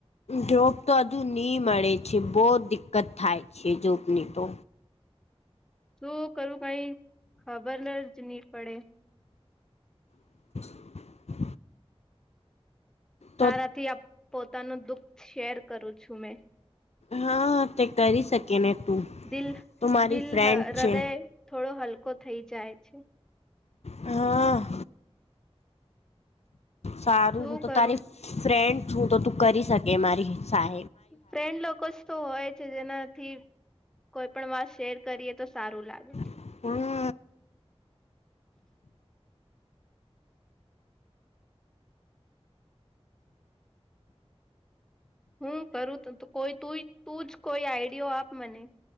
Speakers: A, on the left; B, in the centre.
A: જોબ તો હજુ ની મળે છે બો દિકકત થાય છે જોબની તો.
B: તું કરું કઈ ખબર જ નહી પડે.
A: <inaudible> તો
B: સારાથી પોતાનું દુઃખ શેર કરું છું મેં.
A: હા તે કરી શકે ને તું
B: દિલ
A: તો મારી
B: દિલ
A: ફ્રેન્ડ
B: હૃદય
A: છે.
B: થોડો હલકો થઈ જાય છે.
A: હા. સારું
B: શું
A: હું તો
B: કરું
A: તારી ફ્રેન્ડ હું તો તું કરી શકે મારી સહે
B: ફ્રેન્ડ લોકો તો હોય છે જેનાથી કોઈ પણ વાત શેર કરીએ તો સારું લાગે.
A: હમ્મ.
B: હું કરું ત કોઈ તું તું જ કોઈ આઈડિયો આપ મને?